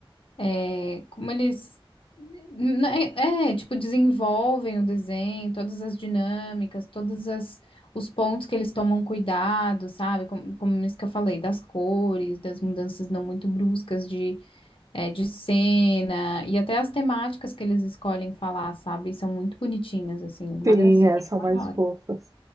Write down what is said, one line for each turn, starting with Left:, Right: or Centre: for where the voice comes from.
Left: é, como eles, né, é, é, tipo, desenvolvem o desenho, todas as dinâmicas, todas as, os pontos que eles tomam cuidado, sabe? Como, como isso que eu falei, das cores, das mudanças não muito bruscas de, é, de cena, e até as temáticas que eles escolhem falar, sabe? São muito bonitinhas, assim, uma
Right: Sim,
Left: gracinha.
Right: é,
Left: Eu
Right: são mais
Left: adoro.
Right: fofas.